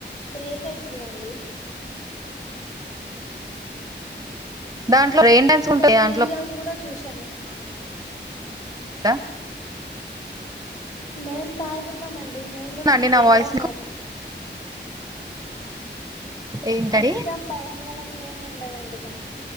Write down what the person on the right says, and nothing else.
దాంట్లో రెయిన్ డాన్స్
ఉంటాయి
దాంట్లో
ద
అండి నా
వాయిస్
మీకు
ఏంటండి